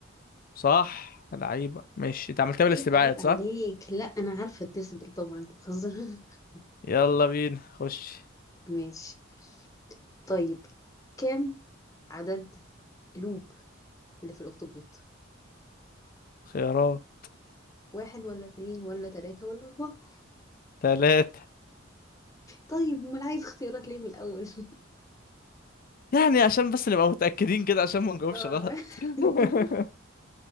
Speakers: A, on the left; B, on the left.
A: صح لعيبة ماشي انت عملتها بالاستبعاد
B: عيب عيب عليك
A: صح
B: لا انا عارفه الديسبل طبعا انت بتهزر <laughs>
A: يلا بينا خش
B: ماشي طيب كم عدد قلوب اللي في الاخطبوط
A: خيارات
B: واحد ولا اتنين ولا تلاتة ولا اربعة
A: ثلاثة
B: طيب امال عايز اختيارات ليه من الاول <laughs>
A: يعني عشان بس نبقى متأكدين كده عشان ما نجاوبش
B: اه
A: غلط <laughs>
B: <laughs>